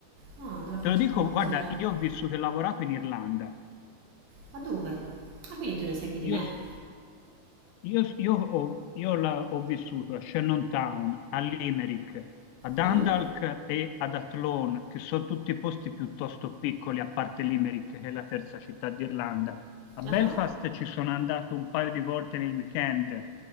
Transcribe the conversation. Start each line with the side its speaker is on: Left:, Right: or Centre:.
Right: Ah, allora faccio
Left: Te lo dico,
Right: confusione.
Left: guarda, io ho vissuto e lavorato in Irlanda.
Right: Ma dove? Ah, quindi tu ne sai più di me.
Left: Io, s- io s- io ho, io la- ho vissuto a Shannontown, a Limerick, a Dundalk
Right: Mhm,
Left: e ad Athlone, che sono tutti posti piuttosto piccoli, a parte Limerick, che è la terza città d'Irlanda. A Belfast
Right: aha,
Left: ci sono andato un paio di volte nel weekend,